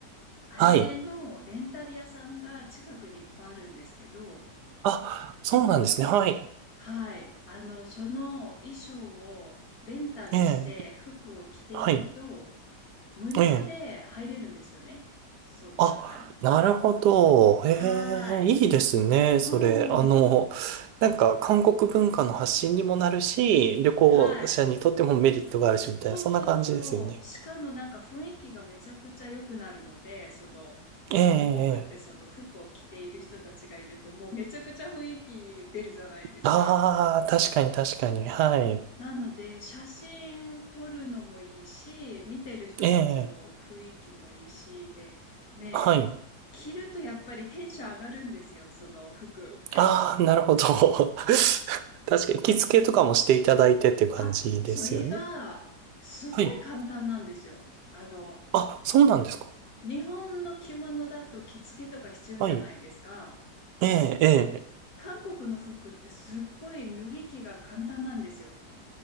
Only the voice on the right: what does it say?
はい。あ、そうなんですね。はい。
ええ、はい。
ええ。
あ、なるほど。
ええ、いいですね。
それ。あの、なんか、韓国文化の発信にもなるし、旅行者にとってもメリットがあるし、
みたいな、そんな感じですよね。
ええ、
ええ。
ああ、確かに確かに。はい。
ええ、
はい。
ああ、なるほど。<laughs> 確かに、着付けとかもしていただいてっていう感じですよね。
はい。
あ、そうなんですか。
はい。ええ、ええ。